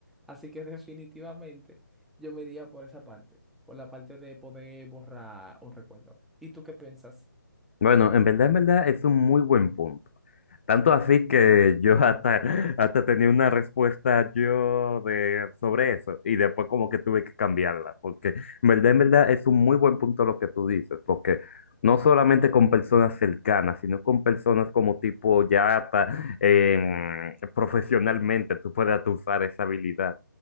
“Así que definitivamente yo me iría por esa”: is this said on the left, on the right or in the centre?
Centre